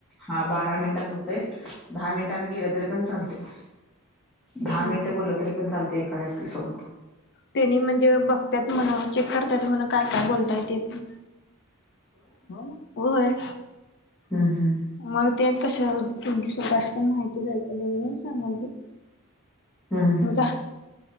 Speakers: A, in the centre; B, on the left.
A: हा बारा मिनिटानं होतंय, दहा मिनिटानं केलं तरी पण चालतंय. दहा
B: हम्म
A: मिनिटं बोललं तरी पण चालतंय एका व्यक्तीसोबत.
B: त्यानी म्हणजे बघत्यात म्हणं, चेक करतात म्हण काय काय बोलताय ते पण, होय? होय.
A: हम्म हम्म.
B: मग तेच कशा तुमची स्वतः ची जास्त माहिती द्यायचं नाही म्हणून सांगाल ते.
A: हम्म हम्म
B: म जा,